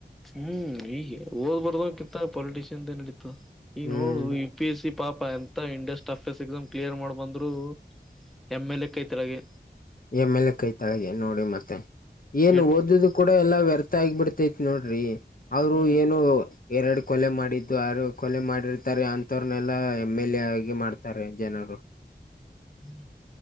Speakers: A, in the centre; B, on the left.
A: ಹ್ಮ್, ಈಗ ಓದ್ ಬರ್ದ ಕಿತ್ತ ಪೊಲಿಟಿಷಿಯನ್ದೆ ನಡೀತ ಈಗ
B: ಹ್ಮ್
A: ನೋಡು ಈ ಪಿ ಎಸ್ ಸಿ ಪಾಪ ಎಂತ ಇಂಡಸ್ಟ್ ಎಫ್ ಎಸ್ ಎಕ್ಸಾಮ್ ಕ್ಲಿಯರ್ ಮಾಡ್ ಬಂದ್ರು ಎಮ್ ಎಲ್ ಎ ಕೈತಳಗೆ
B: ಎ ಮೇಲೆ ಕೈ ತಳಗೆ ನೋಡಿ ಮತ್ತೆ ಏನ
A: ಎಟ್
B: ಓದದು ಕೂಡ ಎಲ್ಲಾ ವ್ಯರ್ಥ ಆಗಿಬಿಡ್ತೈತಿ ನೋಡ್ರಿ ಅವ್ರು
A: ಹ್ಮ್
B: ಏನು ಎರಡ ಕೊಲೆ ಮಾಡಿದ್ದು ಅರು ಕೊಲೆ ಮಾಡಿರ್ತಾರೆ ಅ ಮತ್ತವರ್ನೆಲ್ಲಾ ಎಮ್ ಎಲ್ ಎ ಆಗಿ ಮಾಡ್ತಾರೆ ಜನರು
A: ಹ್ಮ